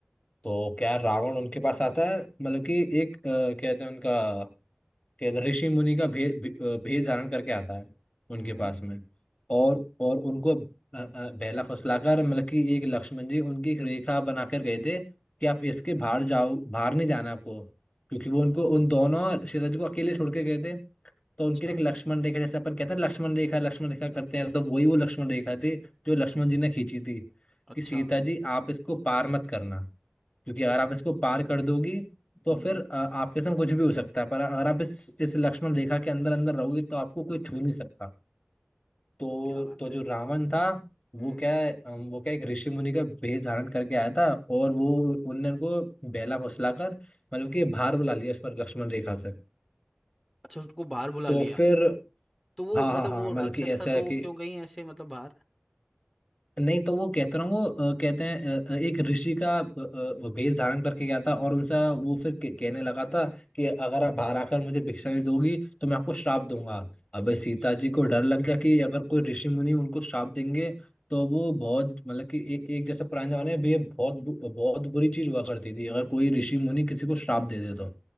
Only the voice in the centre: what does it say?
हम्म
अच्छा
अच्छा
हम्म
क्या बात
है
हम्म।
अच्छा उसको बाहर बुला
लिया
तो वो
मतलब
वो
राक्षस
था तो
वो
क्यों गई ऐसे मतलब बाहर
अच्छा